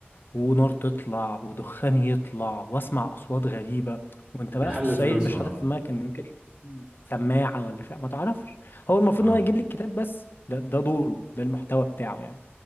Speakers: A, on the left; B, on the right.
A: ونار تطلع ودخان يطلع واسمع اصوات غريبة وانت بقى
B: بيحلل
A: في الصعيد
B: فلوسه
A: مش حاطط
B: اه
A: في دماغك ان ممكن يكون سماعة ولا فيها ما تعرفش هو المفروض
B: اه
A: ان هو يجيب لي الكتاب بس ده ده دوره ده المحتوى بتاعه يعني